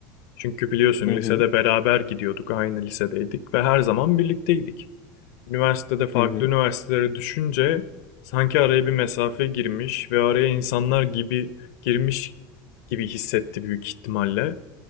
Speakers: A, on the left; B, on the left.
A: Çünkü biliyorsun
B: Hı
A: lisede
B: hı.
A: beraber gidiyorduk, aynı lisedeydik ve her zaman birlikteydik. Üniversitede farklı
B: Hı hı.
A: üniversitelere düşünce sanki araya bir mesafe girmiş ve araya insanlar gibi girmiş gibi hissetti büyük ihtimalle.